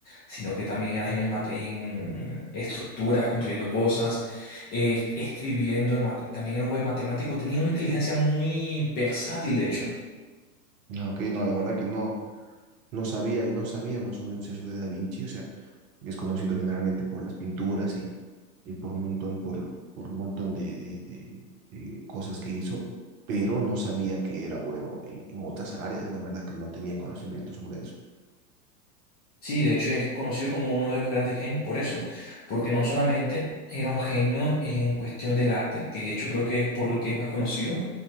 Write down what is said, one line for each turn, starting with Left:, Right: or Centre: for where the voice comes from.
Left: sino que también era genio en, mate- en estructuras, construyendo cosas, eh, escribiendo, mate- también era un buen matemático, tenía una inteligencia muy versátil, de hecho.
Right: Ah, ok, no, la verdad que no, no sabía y no sabía más o menos eso de Da Vinci, o sea, es conocido generalmente por las pinturas y, y por un montón, por, por un montón de, de- de- de cosas que hizo, pero no sabía que era bueno en, en otras áreas, la verdad que no tenía conocimiento sobre eso.
Left: Sí, de hecho es conocido como uno de los grandes genios por eso, porque no solamente era un genio en cuestión del arte, que de hecho creo que es por lo que es más conocido,